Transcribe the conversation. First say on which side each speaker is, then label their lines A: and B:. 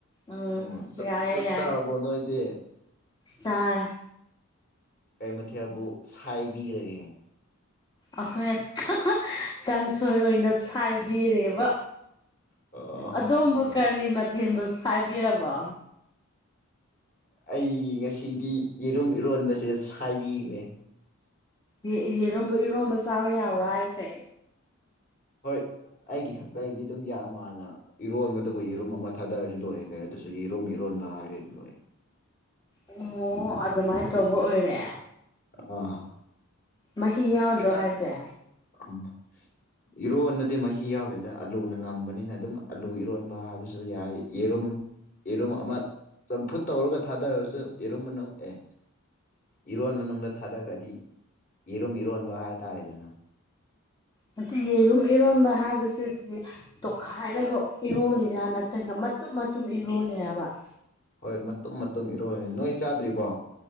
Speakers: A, on the left; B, on the left.
A: ꯎꯝ
B: ꯑꯣ
A: ꯌꯥꯏꯌꯦ
B: ꯆꯥꯛ
A: ꯌꯥꯏꯌꯦ
B: ꯆꯥꯔꯕꯣ ꯅꯣꯏꯗꯤ
A: ꯆꯥꯔꯦ
B: ꯀꯔꯤ ꯃꯊꯦꯜꯕꯨ ꯁꯥꯏꯕꯤꯔꯒꯦ
A: ꯑꯩꯈꯣꯏ ꯀꯥꯡꯁꯣꯏ ꯑꯣꯏꯅ ꯁꯥꯏꯕꯤꯔꯦꯕ
B: ꯑꯣ
A: ꯑꯗꯣꯝꯕꯨ ꯀꯔꯤ ꯃꯊꯦꯜꯕꯨ ꯁꯥꯏꯕꯤꯔꯕ
B: ꯑꯩ ꯉꯥꯁꯤꯗꯤ ꯌꯦꯔꯨꯝ ꯏꯔꯣꯟꯕꯁꯦ ꯁꯥꯏꯕꯤꯈ꯭ꯔꯦ
A: ꯑꯦ ꯑꯦ ꯌꯦꯔꯨꯝꯕꯨ ꯏꯔꯣꯝꯕ ꯆꯥꯕ ꯌꯥꯕ꯭ꯔꯥ ꯍꯥꯏꯁꯦ
B: ꯍꯣꯏ ꯑꯩꯒꯤ ꯈꯛꯇꯒꯤꯗꯤ ꯑꯗꯨꯝ ꯌꯥꯝ ꯃꯥꯜꯅ ꯏꯔꯣꯟꯕꯗꯨꯕꯨ ꯌꯦꯔꯨꯝ ꯑꯃꯥ ꯊꯥꯗꯔꯗꯤ ꯂꯣꯏꯔꯦ ꯀꯩ ꯑꯗꯨꯁꯨ ꯌꯦꯔꯨꯝ ꯏꯔꯣꯟꯕ ꯍꯥꯏꯔꯗꯤ ꯂꯣꯏꯔꯦ
A: ꯑꯣ ꯑꯗꯨꯃꯥꯏꯅ ꯇꯧꯕ ꯑꯣꯏꯔꯦ
B: ꯑꯥ
A: ꯃꯥꯍꯤ ꯌꯥꯎꯗ꯭ꯔꯣ
B: ꯀꯅꯥ
A: ꯍꯥꯏꯖꯦ
B: <inaudible> ꯏꯔꯣꯟꯅꯗꯤ ꯃꯥꯍꯤ ꯌꯥꯎꯔꯣꯏꯗ ꯑꯂꯨꯅ ꯉꯝꯕꯅꯤꯅ ꯑꯗꯨꯝ ꯑꯂꯨ ꯏꯔꯣꯟꯕ ꯍꯥꯏꯕꯁꯤꯁꯨ ꯌꯥꯏ ꯌꯦꯔꯨꯝ ꯌꯦꯔꯨꯝ ꯑꯃꯥ ꯆꯝꯐꯨꯠ ꯇꯧꯔꯒ ꯊꯥꯗꯔꯁꯨ ꯌꯦꯔꯨꯝ ꯃꯅꯨꯡ ꯑꯦ ꯏꯔꯣꯟ ꯃꯅꯨꯡꯗ ꯊꯥꯗꯈ꯭ꯔꯗꯤ ꯌꯦꯔꯨꯝ ꯏꯔꯣꯟꯕ ꯍꯥꯏꯇꯥꯔꯦꯗꯅ
A: ꯅꯠꯇꯦ ꯌꯦꯔꯨꯝ ꯏꯔꯣꯝꯕ ꯍꯥꯏꯕꯁꯤꯗꯤ ꯇꯣꯠꯈꯥꯏꯔꯒ ꯏꯔꯣꯜꯂꯤꯔꯥ ꯅꯠꯇ꯭ꯔꯒ ꯃꯇꯨꯝ ꯃꯇꯨꯝ ꯏꯔꯣꯜꯂꯤꯔꯕ
B: ꯍꯣꯏ ꯃꯇꯨꯝ ꯃꯇꯨꯝ ꯏꯔꯣꯜꯅꯤ ꯅꯣꯏ ꯆꯥꯗ꯭ꯔꯤꯕꯣ